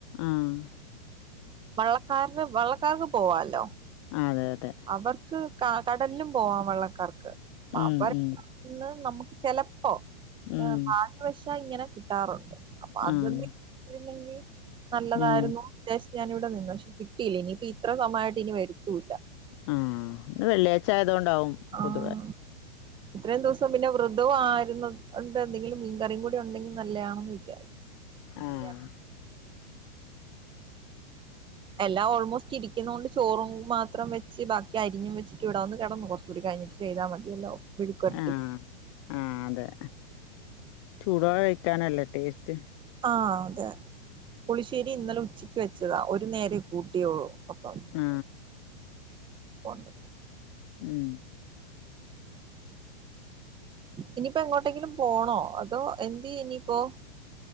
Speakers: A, on the left; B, on the right.
A: ആഹ്
B: വള്ളക്കാരടെ വള്ളക്കാർക്ക് പോവാലോ
A: ആഹ് അതെ അതെ
B: അവർക്ക് കടലിലും പോവാം വള്ളക്കാർക്ക്
A: ഉം
B: അവർ
A: ഉം
B: ഇന്ന് നമുക്ക് ചെലപ്പോ
A: ഉം
B: ഭാഗ്യവശ ഇങ്ങനെ കിട്ടാറുണ്ട് അപ്പൊ അതൊന്ന്
A: ആഹ്
B: കിട്ടിരുന്നെങ്കി നല്ലതായിരുന്നു
A: ഉം
B: അത്യാവശ്യ ഞാനിവിടെ നിന്നു പക്ഷേ കിട്ടയില്ല. ഇനിയിപ്പം ഇത്ര സമയമായിട്ട് ഇനി വരത്തൂല്ല.
A: ആ ഇന്ന് വെള്ളിയാഴ്ച ആയതുകൊണ്ടാവും
B: ആഹ്
A: പൊതുവെ.
B: ഇത്രയും ദിവസം പിന്നെ വൃധവും ആയിരുന്നത് കൊണ്ട് എന്തെങ്കിലും മീൻ കറിയും കൂടി ഉണ്ടെങ്കിൽ നല്ലയാണെന്ന് വിചാരിച്ചു. എന്തെയ്യാനാ
A: ആഹ്
B: എല്ലാം ഓൾമോസ്റ്റ് ഇരിക്കുന്നത് കൊണ്ട് ചോറും മാത്രം വെച്ച് ബാക്കി അരിഞ്ഞും വെച്ചിട്ട് ഇവിടെ വന്ന് കിടന്നു കുറച്ച് കൂടി കഴിഞ്ഞ്. ചെയ്താൽ മതിയല്ലോ മെഴുക്കുവരട്ടി
A: ആ ആ അതെ ചൂടോടെ കഴിക്കാനല്ലേ ടേസ്റ്റ്.
B: ആ അതെ പുളിശ്ശേരി ഇന്നലെ ഉച്ചക്ക് വെച്ചതാ ഒരു നേരേ കൂട്ടിയുള്ളൂ. അപ്പം
A: ആ
B: <unintelligible>
A: ഉം
B: ഇനിയിപ്പോ എങ്ങോട്ടെങ്കിലും പോണോ അതോ എന്ത് ചെയ്യും ഇനിയിപ്പോ?